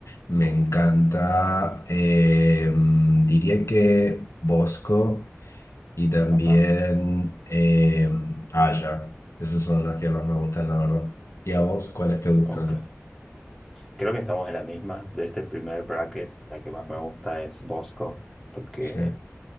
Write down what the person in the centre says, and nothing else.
Ajá,
ok. Creo que estamos en la misma. De este primer bracket, la que más me gusta es Bosco, porque